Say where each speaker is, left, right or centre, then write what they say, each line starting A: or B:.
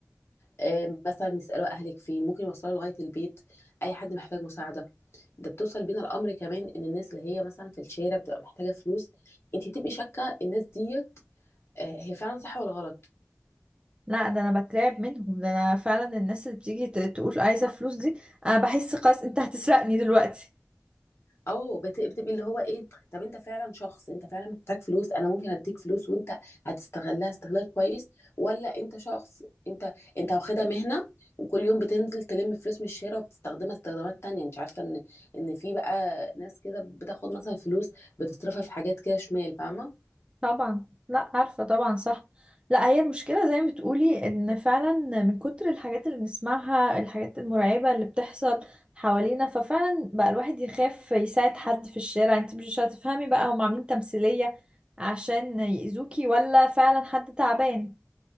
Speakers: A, on the left; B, on the right.
A: أم، مثلا يسألوا أهلك فين ممكن يوصلوا لغاية البيت أي حد محتاج مساعدة ده بتوصل بينا الأمر كمان إن الناس اللي هي مثلا في الشارع بتبقى محتاجة فلوس أنت بتبقي شاكة الناس ديت آه، هي فعلا صح ولا غلط
B: لا ده انا بترعب منهم ده انا فعلا الناس اللي بتيجي ت- تقول عايزة فلوس دي انا بحس خلاص انت هتسرقني دلوقتي
A: اه بت- بتبقي اللي هو ايه طب انت فعلا شخص انت فعلا محتاج فلوس انا ممكن اديك فلوس وانت هتستغلها استغلال كويس ولا انت شخص انت انت واخدها مهنة وكل يوم بتنزل تلم فلوس من الشارع وبتستخدمها استخدامات تانية انت عارفة ان ان في بقى ناس كده بتاخد مثلا فلوس بتصرفها في حاجات كده شمال فاهمة
B: طبعا لا عارفة طبعا صح لا هي المشكلة زي ما بتقولي ان فعلا من كتر الحاجات اللي بنسمعها الحاجات المرعبة اللي بتحصل حوالينا ففعلا بقى الواحد يخاف يساعد حد في الشارع انت مش هتفهمي بقى هم عاملين تمثيلية عشان يأذوكي ولا فعلا حد تعبان